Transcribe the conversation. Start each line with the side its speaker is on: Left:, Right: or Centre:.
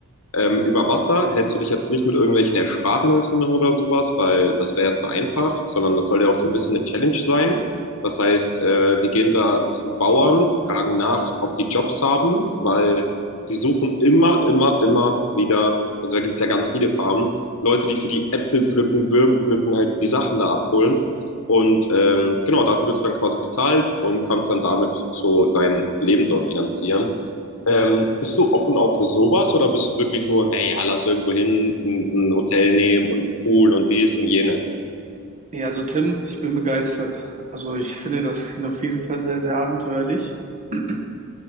Left: Ähm, über Wasser hältst du dich jetzt nicht mit irgendwelchen Ersparnissen oder sowas, weil das wäre ja zu einfach, sondern das soll ja auch so ein bisschen eine Challenge sein. Das heißt, äh, wir gehen da zu Bauern, fragen nach, ob die Jobs haben, weil die suchen immer, immer, immer wieder, also da gibt es ja ganz viele Farmen, Leute, die für die Äpfel pflücken, Birnen pflücken, halt die Sachen da abholen. Und ähm, genau, dafür bist du dann quasi bezahlt und kannst dann damit so dein Leben dort finanzieren. Ähm, bist du offen auch für sowas oder bist du wirklich nur, hey, ja, lass irgendwo hin, ein, ein Hotel nehmen und einen Pool und dies und jenes?
Right: Ja, also Tim, ich bin begeistert. Also ich finde das klingt auf jeden Fall sehr, sehr abenteuerlich. <clears throat>